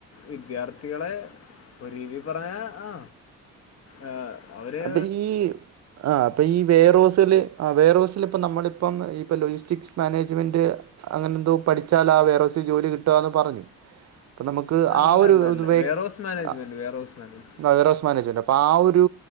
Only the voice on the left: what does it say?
വിദ്യാർഥികളെ. ഒരു രീതി പറഞ്ഞ ആ ഏ അവര്.
അല്ല
അല്ല അല്ല
വെയർഹൗസ് മാനേജ്മെൻറ്റ് വെയർഹൗസ് മാനേജ്മെൻറ്റ്